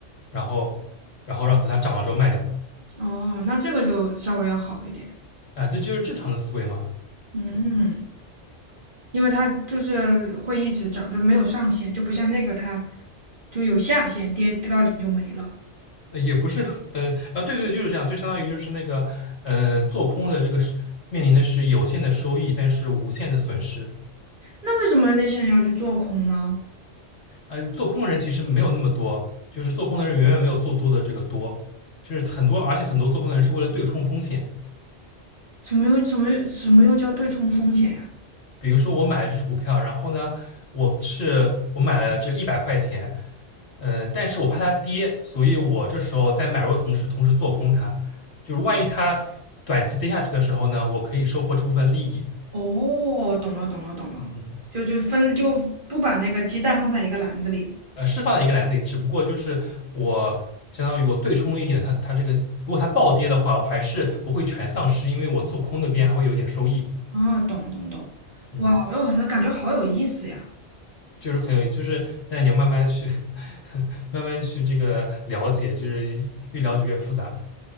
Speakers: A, on the left; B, on the right.
A: 然后然后让等它涨了之后卖掉嘛。
B: 哦，那这个就稍微要好一点。
A: 啊、呃这就是正常的思维嘛。
B: 嗯。因为它就是会一直涨，就没有上限，就不像那个它就有下限，跌跌到零就没了。
A: 呃，也不是，呃，啊，对对，就是这样，就相当于就是那个，呃，做空的这个是面临的是有限的收益，但是无限的损失。
B: 那为什么那些人要去做空呢？
A: 呃，做空的人其实没有那么多，就是做空的人远远没有做多的这个多，就是很多，而且很多做空的人是为了对冲风险。
B: 什么又什么又什么又叫对冲风险呀？
A: 比如说我买了这只股票，然后呢，我是我买了这个一百块钱，呃，但是我怕它跌，所以我这时候在买入的同时，同时做空它，就是万一它短期跌下去的时候呢，我可以收获这部分利益。
B: 哦，懂了懂了懂了，
A: 嗯嗯。
B: 就就分就不把那个鸡蛋放在一个篮子里。
A: 呃，是放在一个篮子里，只不过就是我相当于我对冲了一点它它这个，如果它暴跌的话，我还是不会全丧失，因为我做空那边还会有点收益。
B: 哦，懂懂懂，
A: 嗯，
B: 哇，我好像感觉好有意思呀。
A: 就是很有，就是但是你要慢慢去 <laughs> 慢慢去这个了解，就是越了解越复杂。